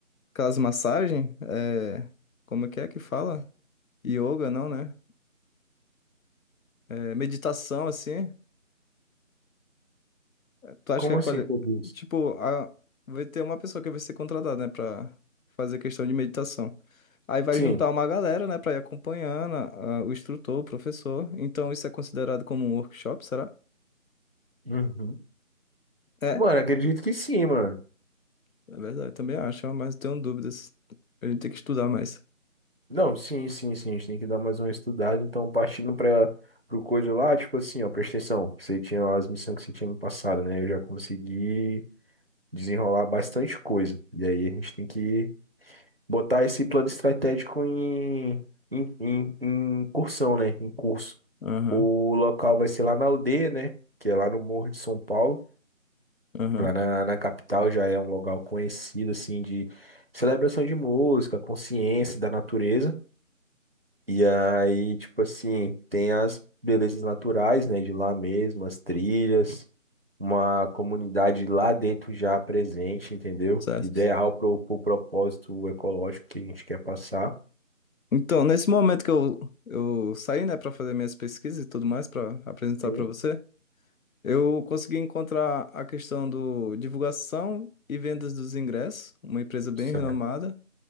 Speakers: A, on the left; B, on the right.
A: Aquelas massagens, é, como que é que fala? Yoga, não, né? É, meditação, assim. Tu acha
B: Como
A: que é quali...
B: assim tudo isso?
A: Tipo, a- vai ter uma pessoa que vai ser contratada, né, pra fazer questão de meditação. Aí vai
B: Sim.
A: juntar uma galera, né, pra ir acompanhando a- a- o instrutor, o professor. Então isso é considerado como um workshop, será?
B: Uhum.
A: É,
B: Mano, acredito que sim, mano.
A: é verdade, também acho, mas tenho dúvidas. A gente tem que estudar mais.
B: Não, sim, sim, sim. A gente tem que dar mais uma estudada. Então, partindo para pro coisa lá, tipo assim, ó, presta atenção. Você tinha lá as missões que você tinha me passado, né? Eu já consegui desenrolar bastante coisa. E aí a gente tem que botar esse plano estratégico em, em, em, em cursão, né? Em curso.
A: Aham,
B: O local vai ser lá na aldeia, né? Que é lá no Morro de São Paulo.
A: aham,
B: Lá na, na capital já é um local conhecido, assim, de celebração de música, consciência da natureza. E aí, tipo assim, tem as belezas naturais, né? De lá mesmo, as trilhas, uma comunidade lá dentro já presente, entendeu?
A: certo.
B: Ideal pro, pro propósito ecológico que a gente quer passar.
A: Então, nesse momento que eu, eu saí, né, para fazer minhas pesquisas e tudo mais, para apresentar
B: Sim.
A: para você, eu consegui encontrar a questão do divulgação e vendas dos ingressos, uma empresa bem
B: Certo,
A: renomada,